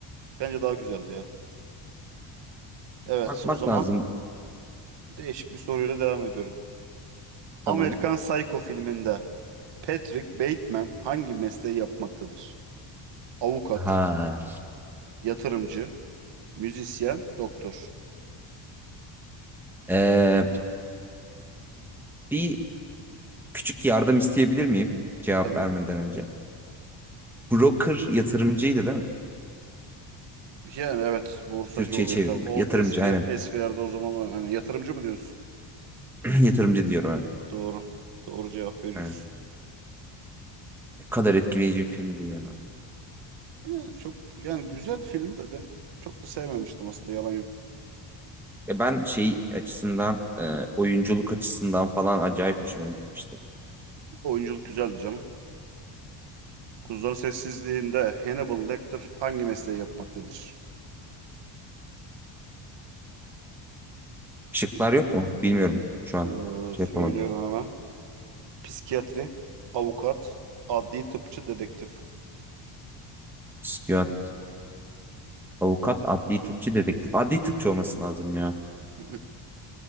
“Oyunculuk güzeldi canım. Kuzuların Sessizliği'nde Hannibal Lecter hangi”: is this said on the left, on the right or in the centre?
Right